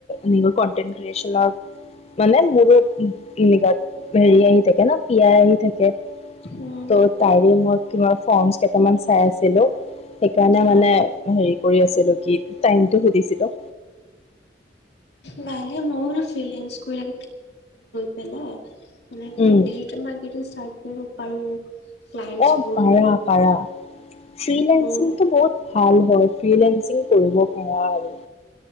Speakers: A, on the left; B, on the left.
A: নি কণ্টেণ্ট ক্ৰিয়েচন মানে মোৰো তেনেকুৱা হেৰি আহি থাকে ন পিয়াই আহি থাকে।
B: উম
A: ত' তাৰে মই কিব ফৰ্মচ কেইটামান চাই আছিলো সেইকাৰণে মানে
B: অ
A: হেৰি কৰি আছিলো কি টাইমটো সুধিছিলো
B: ন ম ম ফ লৈ পেলাই তেনেকে
A: উম।
B: ডিজিটেল মাৰ্কেট চাৰ্ কৰিব পাৰো। ক্লাইণ্টছবোৰ
A: অ পাৰা
B: লৈ
A: পাৰা ফ্ৰসিংটোো
B: উম
A: বহুত ভাল হয় ফ্ৰলেেসিং কৰিব পাৰা আৰু